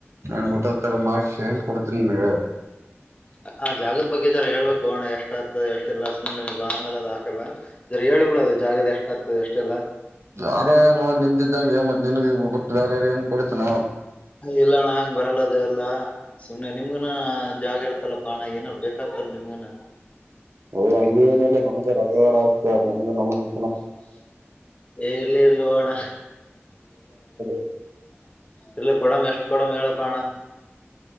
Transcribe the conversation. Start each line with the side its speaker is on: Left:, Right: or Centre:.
Right: ನಾನು ಹೋಟೆಲ್ ತರ ಮಾಡಿಸಿ ಹೇಳಿ ಕೊಡ್ತೀನಿ ನಿನಗ
Left: ಆ ಜಾಗದ ಬಗ್ಗೆ ಜರ ಹೇಳ್ಬೇಕು ಅಣ್ಣ ಎಷ್ಟ್ತ ಎಷ್ಟ ಎಲ್ಲ ಬಾ ಅಂದ್ರ ಅದು ಹಾಕಲ್ಲ ಹೇಳಿ ಕೂಡ ಅದು ಜಾಗದ ಎಷ್ಟ ಆಗ್ತದೆ ಎಷ್ಟೆಲ್ಲ
Right: ಅ ನ ನಿಂದಿದ್ದಂಗ ಮತ್ ನಿನ್ಗೆ ಬಿಟ್ಟು ಬೇರೆ ಯಾರಿಗೆ ಕೊಡಿತನ
Left: ಇಲ್ಲಣ್ಣ ಹಂಗ್ ಬರಲ್ಲದ ಎಲ್ಲಾ ಸುಮ್ನೆ ನಿಮ್ಗನ ಜಾಗ ಇರ್ತಲ್ಲ ಬಾಣ ಏನಾರ ಬೇಕತ್ತಲ್ಲ ನಿಮ್ಗನ
Right: ಓ ಹಂಗ ಏನಿಲ್ಲ ನಮ್ದ ರಗಡ ಆದ ನಮ್ದು ನಮ್ದ
Left: ಏ ಇರ್ಲಿ ಇರ್ಲಿ ಅಣ್ಣ
Right: <unintelligible>
Left: ಇಲ್ಲ ಕೊಡಮ ಎಷ್ಟು ಕೊಡಮ್ ಹೇಳಪ್ಪ ಅಣ್ಣ